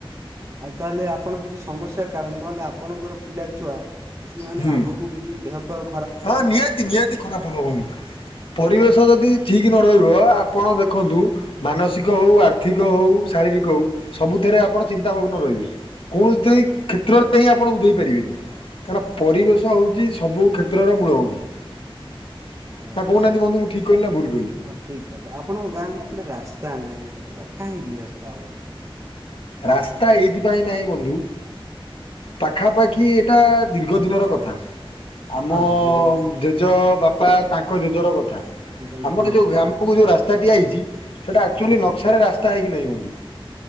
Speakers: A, on the right; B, on the left.
A: ଆଉ ତାହେଲେ ଆପଣ କିଛି ସମସ୍ୟା କା ନହେଲେ ଆପଣଙ୍କର ପିଲା ଛୁଆ କିଛି ମାନେ
B: ହୁଁ
A: ଆଗକୁ କିଛି ଦେହ ଫେହ୍
B: ହଁ ନିହାତି ନିହାତି ଖରାପ ହବ କଣ ପରିବେଶ ଯଦି ଠିକ ରହିବ ଆପଣ ଦେଖନ୍ତୁ ମାନସିକ ହଉ ଆର୍ଥିକ ହଉ ଶାରୀରିକ ହଉ ସବୁଥିରେ ଆପଣ ଚିନ୍ତାମଗ୍ନ ରହିବେ କୌଣସି କ୍ଷେତ୍ରରେ ହିଁ ଆପଣ ବୁଝେଇ ପାରିବେନି। କାରହି ପରିବେଶ ହଉଛି ସବୁ କ୍ଷେଟ୍ର <unintelligible> ନା କହୁନାହାନ୍ତି
A: ଓହୋ।
B: ବନ୍ଧୁ ମୁଁ ଠିକ୍ କହିଲି ନା ଭୁଲ୍?
A: ହଁ ଠିକ୍ କଥା। ଆପଣଙ୍କ ଗାଁକୁ ଗୋଟେ ରାସ୍ତା ନାହିଁ। କାହିଁକି ରାସ୍ତା ହଉନି?
B: ରାସ୍ତା ଏଇଥିପାଇଁ ନାହିଁ ବନ୍ଧୁ, ପାଖାପାଖି ଏଇଟା ଦୀର୍ଘ ଦିନର କଥା। ଆମ
A: ହଁ ଦୀର୍ଘ
B: ଜେଜ ବାପ ତା ତାଙ୍କ ଜେଜର ଗ
A: ତାଙ୍କ
B: ଆମର
A: ହଁ
B: ଯୋଉ ଗ୍ରାମକୁ
A: ହଁ ଠିକ
B: ଯୋଉ
A: କଥା
B: ରାସ୍ତାଟି ଆଇଛି। ସେଟା ଆକ୍ଚୁଆଲି
A: ହଁ।
B: ନଖିଆ ର ରାସ୍ତା ହେଇ କି ନାଇ ବନ୍ଧୁ?